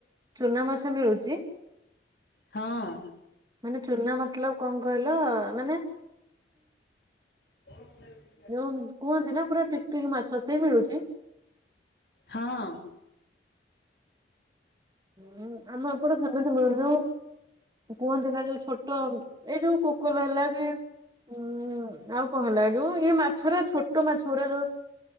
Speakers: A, on the right (about 25°); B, on the left (about 60°).
A: ଚୁନା ମାଛ ମିଳୁଚି?
B: ହଁ
A: ମାନେ ଚୁନା ମତଲବ କଣ କହିଲ ମାନେ
B: <unintelligible>
A: ଭଉଣି। କୁହନ୍ତି ନା ପୁରା ଟିକ ଟିକ ମାଛ ସେ ମିଳୁଛି।
B: ହଁ।
A: ହୁଁ ଆମ ଏପଟେ ସେମିତି ମିଳନୁ। କୁହନ୍ତିନା ଯୋଉ ଛୋଟ ଏଇ ଯୋଉ କୋକର ହେଲା କି ଉ ଆଉ କଣ ହେଲା ଯୋଉ ଇ ମାଛର ଛୋଟ ମାଛଗୁରା ଯୋଉ